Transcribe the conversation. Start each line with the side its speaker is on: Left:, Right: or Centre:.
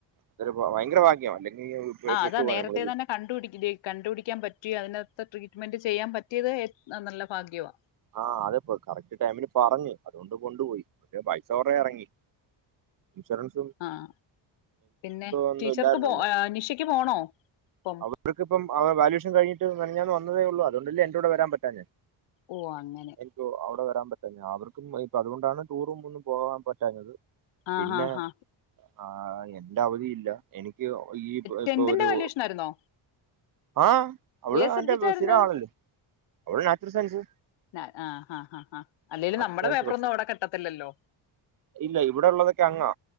Right: അത് ഒരു ഭയങ്കര ഭാഗ്യമാ അല്ലെങ്കിൽ
Left: ആഹ്
Right: പെട്ടുപോകാൻ
Left: അതാ നേരത്തെ
Right: നമ്മൾ
Left: തന്നെ കണ്ട്പിടി <unintelligible> കണ്ടു പിടിയ്ക്കാൻ പറ്റിയാ അതിനത്തെ ട്രീറ്റ്മെന്റ് ചെയ്യാൻ പറ്റിയത് ഏ നല്ല ഭാഗ്യവാ
Right: ആഹ് അതെ പ്പൊ കറക്ട് ടൈമില് പറഞ്ഞ് അതുകൊണ്ട് കൊണ്ടുപോയി പക്ഷേ പൈസ കൊറേ എറങ്ങി ഇൻഷുറൻസ്
Left: ആഹ്, പിന്നെ
Right: ഒന്നും
Left: ടീച്ചർക്ക്
Right: ഇല്ലായിരുന്നല്ലോ
Left: പോ ഏയ് നിഷയ്ക്ക് പോണോ പ്പം
Right: അവർക്ക്പ്പം ആഹ് വാലുവേഷൻ കഴിഞ്ഞിട്ട് മെനഞ്ഞാന്ന് വന്നതേയുള്ളൂ. അതുകൊണ്ടല്ലേ എന്റെ കൂടെ വരാൻ പറ്റാഞ്ഞെ
Left: ഓഹ് അങ്ങനെ.
Right: ക്കോ അവ്ടെ വെരാൻ പറ്റാഞ്ഞെ, അവർക്കും ഈ അതുകൊണ്ടാണ് ടൂറും ഒന്നും പോവാൻ പറ്റാഞ്ഞത്.
Left: ആ
Right: പിന്നെ
Left: ഹാ ഹാ
Right: ആഹ് എന്റെ അവധിയില്ല എനിയ്ക്ക് ഒ ഈ
Left: ടെൻത്തിന്റെ
Right: ഇപ്പൊ ഒരു
Left: വാല്യൂഷൻ ആയിരുന്നോ
Right: ആഹ് അവള്
Left: ഏത്
Right: അവന്റെ
Left: സബ്ജക്റ്റ്
Right: ബ്
Left: ആയിരുന്നു
Right: സ്ഥിരം ആളല്ലേ അവള് നാച്ചുറൽ സയൻസ്
Left: നാ ആഹ് ആഹ് ആഹ് ആഹ് അല്ലെലും
Right: നാച്ചുറൽ
Left: നമ്മടെ
Right: സയൻസ്
Left: പേപ്പറൊന്നും
Right: ബസ്
Left: അവിടെ കിട്ടത്തില്ലല്ലോ?
Right: ഇല്ല ഇവിടെ ഉള്ളതൊക്കെ അങ്ങാ